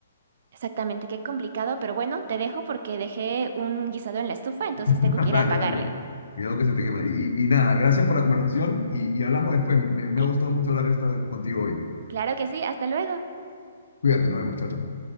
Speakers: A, on the right; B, on the left.
A: Exactamente, qué complicado, pero bueno, te dejo porque dejé un guisado en la estufa, entonces
B: <laughs>
A: tengo que ir
B: Dale,
A: a apagarle.
B: dale. Cuidado que se te quema. Y, y- y nada, gracias por la conversación y, y hablamos después. Me, me
A: Cl-
B: ha gustado mucho hablar esta contigo hoy.
A: claro que sí, hasta luego.
B: Cuídate, nos vemos, chao, chao.